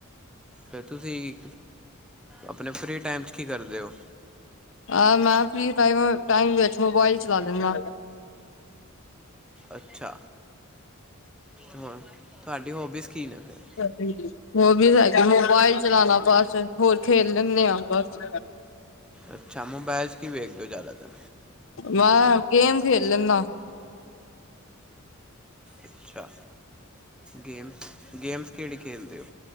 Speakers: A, in the centre; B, on the left.
A: ਫੇਰ ਤੁਸੀਂ ਆਪਣੇ ਫ੍ਰੀ ਟਾਈਮ ਚ ਕੀ ਕਰਦੇ ਓ?
B: ਅਹ, ਮੈਂ ਫ੍ਰੀ ਟਾਈਮ ਵਿੱਚ ਮੋਬਾਈਲ ਚਲਾ ਲੈਨਾ।
A: ਅੱਛਾ, ਹੁ ਤੁਹਾਡੀ ਹੋਬੀਜ਼ ਕੀ ਨੇ ਫੇਰ?
B: <inaudible> ਓ ਵੀ ਹੈਗੀ, ਮੋਬਾਈਲ ਚਲਾਣਾ ਬਸ ਹੋਰ ਖੇਲ ਲੈਨੇ ਆ ਬਸ।
A: ਅੱਛਾ, ਮੋਬੈਲ ਚ ਕੀ ਵੇਖ ਦੇ ਓ ਜ਼ਿਆਦਾਤਰ?
B: ਮੈਂ ਗੇਮ ਖੇਲ ਲੈਨਾ।
A: ਅੱਛਾ। ਗੇਮਸ, ਗੇਮਸ ਕੇੜੀ ਖੇਲਦੇ ਓ?